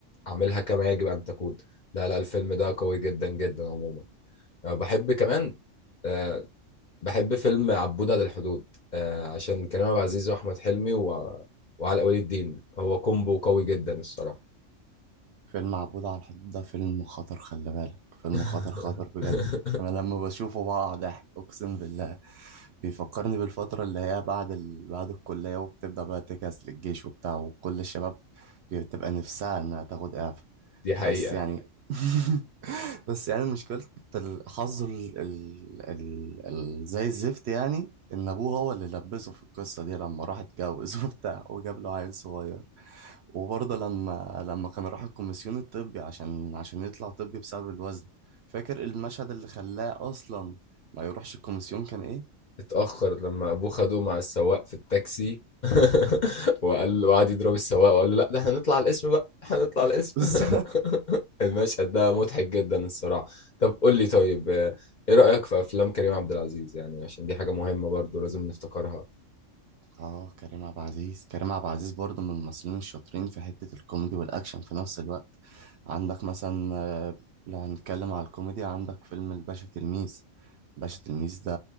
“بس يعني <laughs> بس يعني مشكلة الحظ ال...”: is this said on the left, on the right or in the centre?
Right